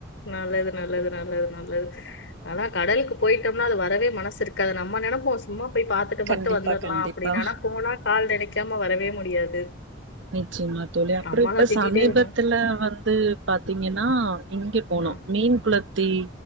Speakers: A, on the left; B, on the right.
A: நல்லது நல்லது நல்லது நல்லது ஆனா கடலுக்கு போயிட்டோம்னா அது வரவே மனசுருக் காது நம்ம நெனைப்போம் சும்மா போய் பாத்தட்டு மட்டும்
B: கண்டிப்பா
A: வந்துடலாம்
B: கண்டிப்பா
A: அப்டின் ஆனா போனால் கால் நினை க்காம வரவே முடியாது
B: நிச்சயமா தோழி அப்புறம்
A: அம்மாலாம்
B: இப்ப
A: திட்டிட்டே
B: சமீபத்துல
A: இருந்தாங்க.
B: வந்து பாத்தீங்கன்னா இங்க போனும்
A: அ,
B: மீன் குள்ள த்தி